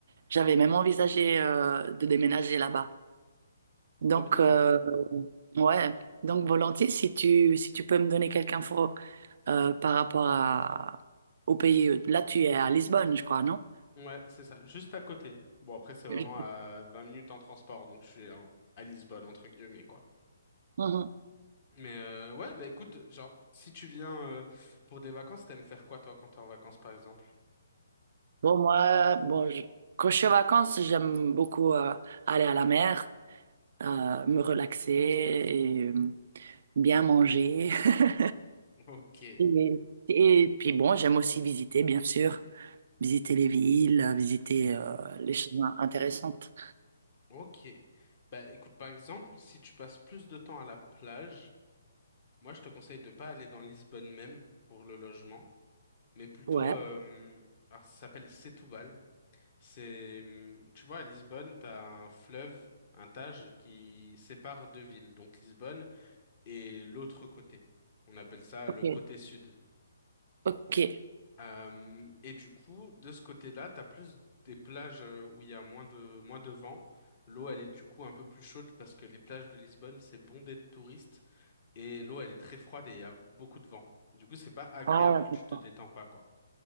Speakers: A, on the right (about 45°); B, on the left (about 35°).
A: j'avais même envisagé euh, de déménager là-bas. Donc,
B: trop bien.
A: euh, ouais. Donc, volontiers, si tu, si tu peux me donner quelques infos euh, par rapport à, au pays. euh, Là, tu es à Lisbonne, je crois, non?
B: Ouais, c'est ça, juste à côté. Bon, après, c'est vraiment
A: Je-
B: à 20 minutes en transport, donc je suis en- à Lisbonne, entre guillemets, quoi.
A: Mhm.
B: Mais euh, ouais, bah écoute, genre, si tu viens euh, pour des vacances, t'aimes faire quoi toi quand t'es en vacances par exemple?
A: Bon, moi, bon, je- quand je suis en vacances, j'aime beaucoup euh, aller à la mer. euh, me relaxer et euh, bien manger. <laughs>
B: Ok,
A: Et, et puis bon, j'aime aussi visiter, bien sûr, visiter les villes, visiter euh, les choses intéressantes.
B: ok. Bah écoute, par exemple, si tu passes plus de temps à la plage, moi je te conseille de pas aller dans Lisbonne même pour le logement, mais plutôt,
A: Ouais,
B: euh, alors ça s'appelle Setúbal. C'est, hum, tu vois, à Lisbonne, t'as un fleuve, un Tage, qui sépare deux villes, donc Lisbonne et l'autre côté. On appelle ça
A: ok,
B: le côté sud.
A: ok.
B: Euh, et du coup, de ce côté-là, t'as plus des plages euh, où il y a moins de, moins de vent. L'eau, elle est du coup un peu plus chaude parce que les plages de Lisbonne, c'est bondé de touristes et l'eau, elle est très froide et il y a beaucoup de vent. Du coup, c'est pas agréable,
A: Ah, d'accord,
B: tu te détends pas, quoi.